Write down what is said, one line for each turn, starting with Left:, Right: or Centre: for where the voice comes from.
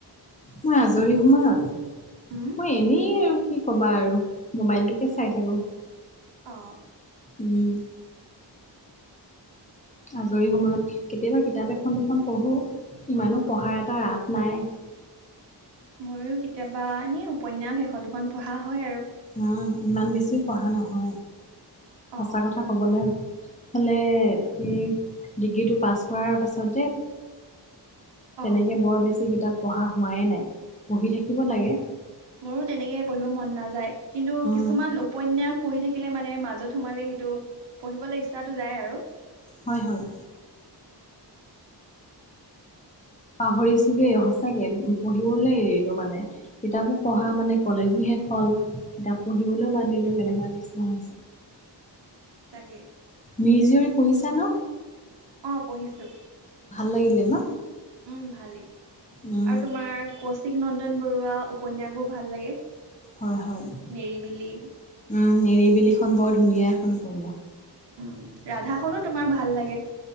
Left: মই আজৰি সময়ত
Right: উম
Left: মই এনেই আৰু কি ক'বা আৰু মোবাইলটোকে চাই থাকো
Right: অ
Left: উম আজৰি সময়ত কেতিয়াবা কিতাপ এখন দুখন পঢ়ো ইমানো পঢ়াৰ এটা ৰাত নাই <unintelligible>
Right: ময়ো কেতিয়াবা এনে উপন্যাস এখন দুখন পঢ়া হয় আৰু
Left: উম ইমান বেছিও পঢ়া নহয় সঁচা
Right: অ
Left: কথা কবলৈ হলে এই ডিগ্ৰীটো পাছ হোৱাৰ পাছত যে
Right: অ
Left: তেনেকে বৰ বেছি কিতাপ পঢ়া হোৱাই নাই পঢ়ি থাকিব লাগে
Right: মোৰো তেনেকে পঢ়িব মন নাযায় কিন্তু
Left: উম,
Right: কিছুমান উপন্যাস পঢ়ি থাকিলে মানে মাজত সোমালে সেইটো পঢ়িবলৈ ইচ্ছাটো যায় আৰু
Left: হয় হয়
Right: উম
Left: পাহৰিছোগে সচাকে পঢ়িবলৈ এৰিলো মানে কিতাপো পঢ়া মানে কলেজো শেষ হল কিতাপ পঢ়িবলৈও বান্ধিলো তেনেকুৱা নিচিনা হৈছে
Right: সঁ তাকে <unintelligible>
Left: মিৰি জীয়ৰী পঢ়িছা ন
Right: অ পঢ়িছো
Left: ভাল লাগিলে ন
Right: উম ভালেই
Left: উম
Right: আৰু তোমাৰ কৌশিক নন্দন বৰুৱা উপন্যাস বোৰ ভাল লাগে
Left: হয় হয়
Right: তোমাৰ
Left: উম
Right: নেৰিবিলি
Left: নিৰিবিলিখন বৰ ধুনীয়া এখন উপন্যাস
Right: উম ৰাধাখননো তোমাৰ ভাল লাগে